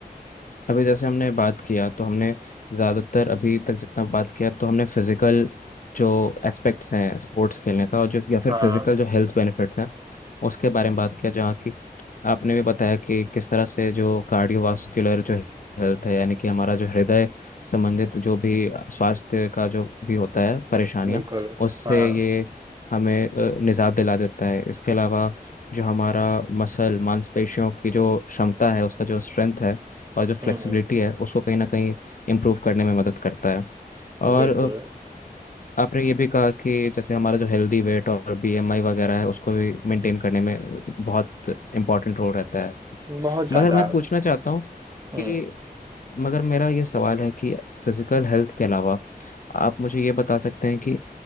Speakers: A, on the left (about 55°); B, on the right (about 25°).
A: अभी जैसे हमने बात किया तो हमने ज़्यादातर अभी तक जितना बात किया तो हमने फिज़िकल जो एस्पेक्ट्स हैं स्पोर्ट्स खेलने का और जो या फिर
B: हाँ
A: फिज़िकल जो हेल्थ बेनिफिट्स हैं उसके बारे में बात किया जहाँ की आपने भी बताया कि किस तरह से जो कार्डियोवास्कुलर जो हेल्थ है यानी कि हमारा जो हृदय संबंधित जो भी स्वास्थ्य का जो भी होता है परेशानियाँ
B: बिल्कुल
A: उससे
B: हाँ
A: ये हमें अ, निजात दिला देता है इसके अलावा जो हमारा मसल मांसपेशियों की जो क्षमता है उसका जो स्ट्रेंथ है और जो फ्लेक्सिबिलिटी
B: हम्म हम्म,
A: है उसको कहीं ना कहीं इम्प्रूव करने में मदद करता है और
B: बिल्कुल
A: अ, आपने ये भी कहा कि जैसे हमारा जो हेल्दी वेट और बीएमआई वगैरह है उसको भी मेंटेन करने में बहुत इम्पोर्टेंट रोल रहता है
B: बहुत ज्यादा
A: मगर मैं पूछना चाहता हूँ
B: हम्म
A: कि मगर मेरा ये सवाल है कि फिजिकल हेल्थ के अलावा आप मुझे ये बता सकते हैं कि